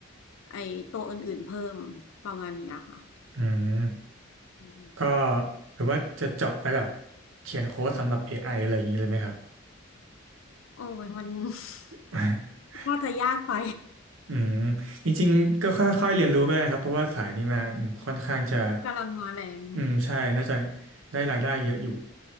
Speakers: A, on the left; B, on the right.
A: ไอตัวอื่นๆเพิ่มประมาณนี้อะค่ะ
B: อืม
A: อืม
B: ก็หรือว่าจะเจาะไปแบบเขียนโค้ดสำหรับ AI อไออะไรอย่างนี้เลยไหมครับ
A: โอ้ยมัน <laughs>
B: <laughs>
A: ว่าจะยากไป
B: อืมจริงๆก็ค่อยๆเรียนรู้ก็ได้นะครับเพราะว่าสายนี้มาอืมค่อนข้างจะ
A: <laughs> มันกำลังมาแรง
B: อืมใช่น่าจะได้รายได้เยอะอยู่